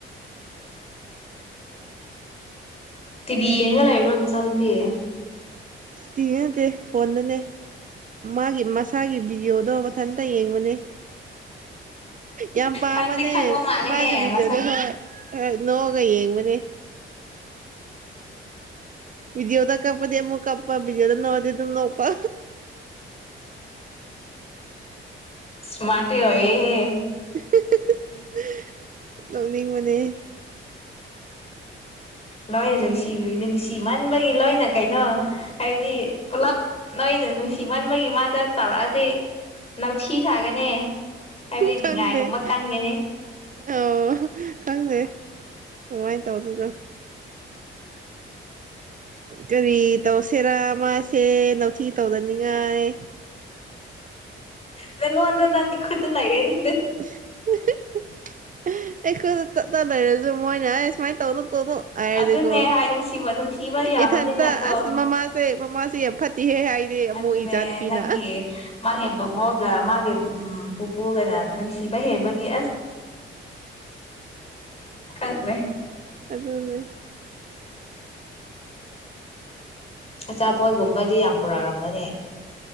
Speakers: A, on the left; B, on the right.
A: ꯇꯤꯕꯤꯤ ꯌꯦꯡꯉꯒ ꯂꯩꯥꯛꯏꯕ꯭ꯔꯣ ꯅꯨꯆꯥ ꯅꯨꯄꯤꯌꯦ
B: ꯇꯤꯉ ꯅꯠꯇꯦ ꯐꯣꯟꯗꯅꯦ ꯃꯥꯒꯤ ꯃꯁꯥꯒꯤ ꯚꯤꯗꯤꯑꯣꯗꯣ ꯃꯊꯟꯇ ꯌꯦꯡꯕꯅꯦ ꯌꯥꯝ ꯄꯥꯝꯕꯅꯦ
A: ꯈꯪꯗꯤ ꯈꯪꯕ ꯃꯥꯜꯂꯦꯍꯦ
B: ꯃꯥꯒ ꯄꯤꯗꯤꯗ
A: ꯃꯁꯥ
B: ꯅꯣꯒ ꯌꯦꯡꯕꯅꯦ ꯕꯤꯖꯤ ꯑꯣꯗ ꯀꯄꯗ ꯑꯃꯨꯛ ꯀꯄꯕꯤꯖꯤꯗ ꯅꯗꯤ ꯄ
A: ꯏꯁ ꯃꯥꯔ ꯑꯣꯏꯦ
B: <unintelligible> ꯇꯧꯅꯤꯡ ꯃꯅꯦ
A: ꯂꯣꯏꯅ ꯅꯨꯡꯁꯤ ꯅꯨꯡꯁꯤ ꯃꯟꯕꯒꯤ ꯂꯣꯏꯅ ꯀꯩꯅꯣ ꯑꯦꯗꯤ ꯄꯨꯂꯞ ꯅꯣꯏꯅ ꯅꯨꯡꯁꯤꯃꯟꯕꯒꯤ ꯃꯥꯗ ꯆꯥꯎꯔꯛꯑꯗꯤ ꯅꯥꯊꯤ ꯁꯥꯒꯅꯤ ꯍꯥꯏꯕꯗꯤ ꯅꯤ
B: ꯈꯪꯗꯦ
A: ꯉꯥꯏꯒꯨꯝꯕ ꯀꯥꯟꯒꯅꯤ
B: ꯑꯣ ꯈꯪꯗꯦ ꯀꯃꯥꯏꯅ ꯇꯧꯁꯤꯣꯏꯅꯣ ꯀꯔꯤ ꯇꯧꯁꯤꯦꯔꯥ ꯃꯥꯁꯦ ꯅꯥꯊꯤ ꯇꯧꯗꯅꯤꯡꯉꯥꯏ
A: ꯅꯪꯣꯟꯅ ꯅꯪꯒꯤ ꯈꯨꯠꯇ ꯂꯒꯦꯅꯦ
B: <unintelligible> ꯑꯩꯈꯣꯏꯗ ꯇꯠꯠꯇ ꯂꯩꯔꯁꯨ ꯃꯣꯏꯅ ꯑꯩ ꯁꯨꯃꯥꯏꯅ ꯇꯧꯅ ꯍꯥꯏꯔꯗꯤꯀꯣ
A: ꯑꯗꯨꯅꯦ ꯍꯥꯏ ꯅꯨꯡꯁꯤꯕ ꯅꯨꯡꯁꯤꯕ ꯌꯥꯝꯕꯅꯤꯅꯀꯣ
B: ꯏꯊꯟꯇ ꯑꯁ ꯃꯃꯥꯁꯦ ꯃꯥꯁꯩ ꯌꯥꯝ ꯐꯠꯇꯦꯍꯦ ꯍꯥꯏꯅꯦ ꯑꯃꯨꯛ
A: ꯑꯗꯨꯗꯅꯦ
B: ꯏꯆꯥꯅꯨꯄꯤꯅ
A: ꯅꯪꯦ ꯃꯥꯒꯤꯕ ꯍꯕ ꯃꯥꯒꯦ ꯎꯝ ꯄꯨꯄꯨꯒꯅ ꯅꯨꯡꯁꯤꯕ ꯍꯦꯟꯕꯒꯤ ꯑꯁ ꯈꯪꯗ꯭ꯔꯦ
B: ꯑꯗꯨꯗꯅꯦ
A: ꯑꯆꯥꯄꯣꯠꯒꯨꯝꯕꯗꯤ ꯌꯥꯝ ꯄꯨꯔꯛꯂꯝꯝꯒꯅꯤ